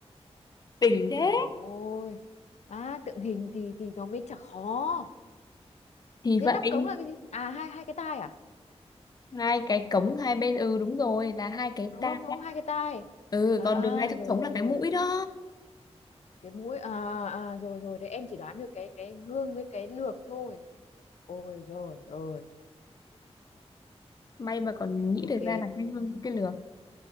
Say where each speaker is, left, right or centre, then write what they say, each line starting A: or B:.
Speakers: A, on the left; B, on the left.
A: <laughs> đỉnh thế
B: ui rồi ôi à tượng hình thì thì nó mới chả khó
A: thì
B: thế
A: vậy
B: nắp cống là cái gì à hai hai cái tai à
A: hai cái cống hai bên ừ đúng rồi là hai cái
B: đúng
A: tai
B: không đúng không hai cái tai
A: ừ
B: à
A: còn đường ngay thông
B: rồi
A: thống
B: rồi
A: là
B: rồi
A: cái mũi đó
B: cái mũi à, à rồi rồi đấy em chỉ đoán được cái cái gương với cái lược thôi ôi rồi rồi
A: may mà còn nghĩ
B: ok
A: được ra là cái hương cái lược